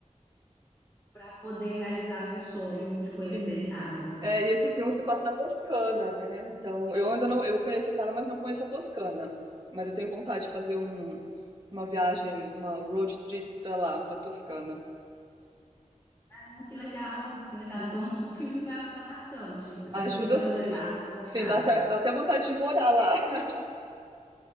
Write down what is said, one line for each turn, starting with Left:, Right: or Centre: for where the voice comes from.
Left: para poder realizar meu sonho de conhecer
Right: Sim.
Left: a Itália.
Right: É, e esse filme se passa na Toscana, né? Então, eu ainda não, eu conheço a Itália, mas não conheço a Toscana. Mas eu tenho vontade de fazer um, uma viagem, uma road trip pra lá, pra Toscana.
Left: Ah, que legal, que legal.
Right: Uhum.
Left: Então, o filme vai ajudar bastante
Right: Ajuda
Left: a se projetar
Right: sim.
Left: para o local.
Right: Sim, dá até, dá até vontade de morar lá <laughs>